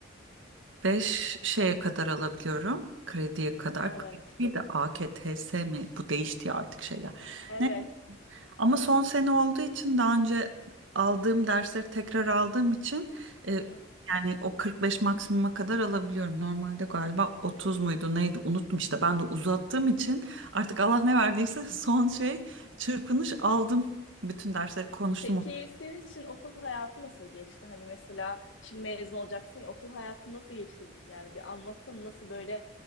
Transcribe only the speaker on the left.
Evet.
Evet.
Evet.
Peki senin için okul hayatı nasıl geçti? Hani mesela şimdi mezun olacaksın ya okul hayatı nasıl geçti? Yani bir anlatın nasıl böyle